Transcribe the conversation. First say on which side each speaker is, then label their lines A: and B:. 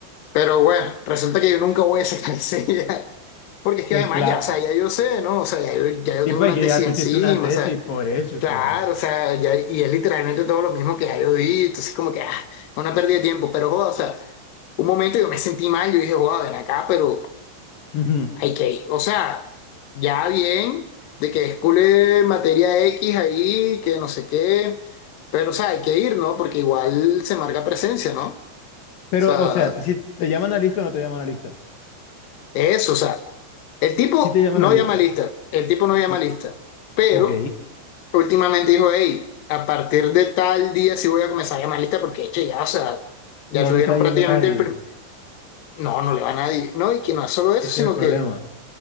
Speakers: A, on the left; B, on the left.
A: Pero bueno, resulta que yo nunca voy a sacar <laughs> enseguida, porque es que
B: Pues
A: además
B: claro,
A: ya, o sea, ya yo sé, ¿no? O sea, ya yo, ya
B: sí,
A: yo tengo
B: pues
A: una
B: que
A: tesis
B: ya tú
A: encima,
B: hiciste una tesis
A: o sea,
B: por eso, o
A: claro,
B: sea.
A: o sea, ya, y es literalmente todo lo mismo que ya yo di, entonces como que, ah, una pérdida de tiempo, pero joda, o sea, un momento yo me sentí mal, yo dije, joda, ven acá, pero
B: Ujú.
A: hay que, o sea, ya bien, de que escule materia X ahí, que no sé qué, pero, o sea, hay que ir, ¿no? Porque igual se marca presencia, ¿no? O
B: Pero,
A: sea,
B: o sea, si te llaman a lista o no te llaman a lista.
A: eso, o sea, el tipo
B: Si te llaman
A: no
B: a lista.
A: llama lista, el tipo no llama
B: Mm,
A: lista, pero
B: Ok,
A: últimamente dijo, hey, a partir de tal día sí voy a comenzar a llamar lista porque, che, ya, o sea,
B: no
A: ya tuvieron
B: le está yendo
A: prácticamente
B: a nadie.
A: el... prim- No, no le va a nadie, ¿no? Y que no es solo eso,
B: Ese
A: sino
B: es el problema.
A: que...